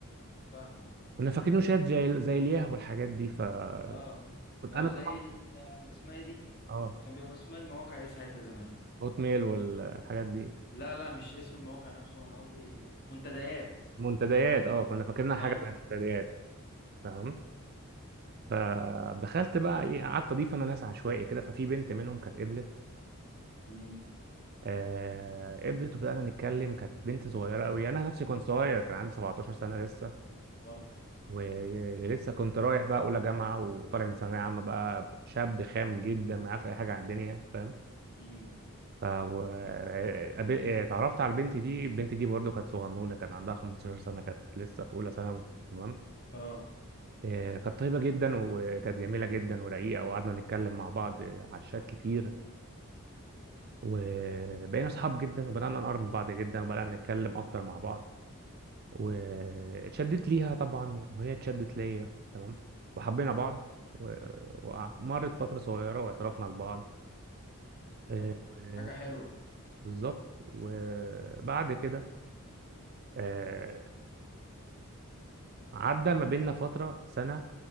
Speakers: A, on the left; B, on the right.
A: فاهمك
B: كنا فاكرينه شات زي زي الياه والحاجات دي فكنت
A: اه او
B: انا
A: زي
B: طبعا
A: ال... اسمها إيه دي
B: اه
A: كان بيبقى اسمها المواقع ايه ساعتها زمان
B: هوت ميل والحاجات دي
A: لا لا مش اسم المواقع نفسه انا قصدي منتديات
B: منتديات اه كنا فاكرينها حاجه
A: اه
B: زي المنتديات تمام فدخلت بقى ايه قعدت اضيف انا ناس عشوائي كده ففي بنت منهم كانت قبلت
A: مم.
B: آه، قبلت وبدأنا نتكلم كانت بنت صغيرة أوي أنا نفسي كنت صغير كان عندي 17 سنة لسه
A: اه
B: ولسه كنت رايح بقى أولى جامعة وطالع من ثانوية عامة بقى شاب خام جدا ما يعرفش أي حاجة عن الدنيا فاهم
A: امم
B: ف و- آه، قابل- آه، اتعرفت على البنت دي البنت دي برضو كانت صغنونة كان عندها 15 سنة كانت لسه في أولى ثانوي تمام
A: اه
B: آه، كانت طيبة جدا وكانت جميلة جدا ورقيقة وقعدنا نتكلم مع بعض على الشات كتير وبقينا أصحاب جدا وبدأنا نقرب من بعض جدا وبدأنا نتكلم أكتر مع بعض واتشدت ليها طبعا وهي اتشدت ليا تمام وحبينا بعض و- ومرت فترة صغيرة واعترفنا لبعض آه،
A: طب
B: و-
A: حاجة حلوة
B: بالظبط وبعد كده آه، عدى ما بيننا فترة سنة